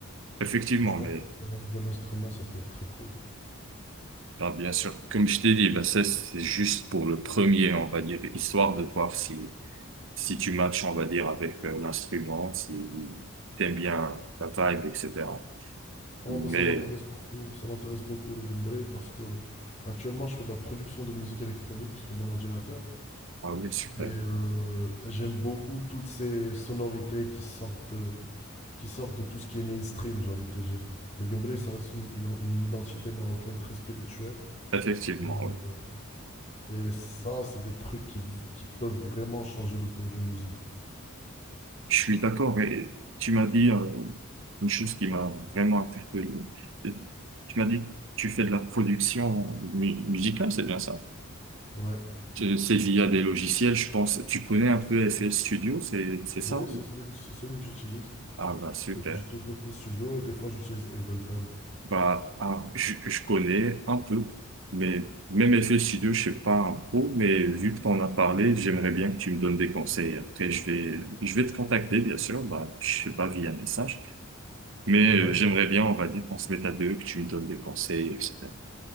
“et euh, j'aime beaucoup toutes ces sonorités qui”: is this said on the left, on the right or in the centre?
Left